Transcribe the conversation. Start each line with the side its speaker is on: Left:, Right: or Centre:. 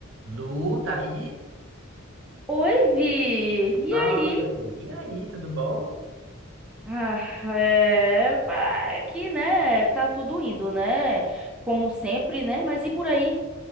Right: Lu, tá aí?
Centre: Oi, Vi!
Right: Ai,
Centre: E aí?
Right: e aí, tudo bom?
Centre: Ah, é, pá, é que, né? Tá tudo indo, né? Como sempre, né? Mas e por aí?